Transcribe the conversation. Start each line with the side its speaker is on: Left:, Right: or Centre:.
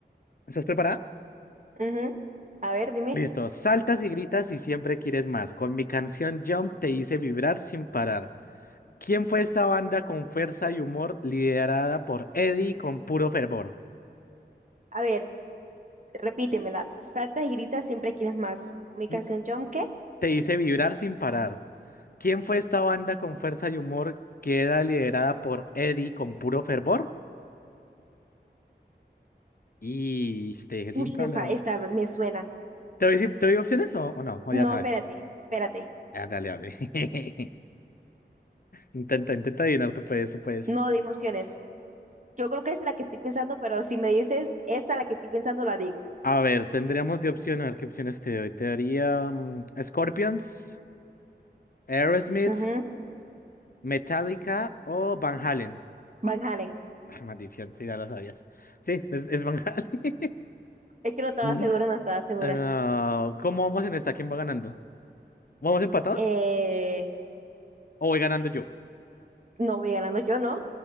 Left: ¿Estás preparada?
Right: Ujú. A ver, dime.
Left: Listo, saltas y gritas y siempre quieres más. Con mi canción Jump te hice vibrar sin parar. ¿Quién fue esta banda con fuerza y humor liderada por Eddie con puro fervor?
Right: A ver, repítemela. Saltas y gritas, siempre quieres más. ¿Con mi canción
Left: Mm,
Right: Jump qué?
Left: Te hice vibrar sin parar. ¿Quién fue esta banda con fuerza y humor que era liderada por Eddie con puro fervor? Y
Right: <laughs>
Left: te dejé
Right: Uy,
Left: sin palabra.
Right: esa, esa me suena.
Left: ¿Te doy, sin- te doy opciones o, o no? O
Right: No,
Left: ya sabes.
Right: espérate, espérate.
Left: Ah, dale, dale. <laughs> Intenta, intenta adivinar, tú puedes, tú puedes.
Right: No de emociones. Yo creo que es la que estoy pensando, pero si me dices esa la que estoy pensando, la digo.
Left: A ver, tendríamos de opción, a ver qué opciones te doy. Te daría mm, Scorpions, Aerosmith,
Right: Ujú.
Left: Metallica o Van Halen.
Right: Van Halen.
Left: Ah, maldición, si ya lo sabías. Sí, es, es Van Halen.
Right: Es que no estaba
Left: <laughs>
Right: segura, no estaba segura.
Left: Ah, ¿cómo vamos en esta? ¿Quién va ganando? ¿Vamos empatados?
Right: Eh,
Left: ¿O voy ganando yo?
Right: no voy ganando yo, ¿no?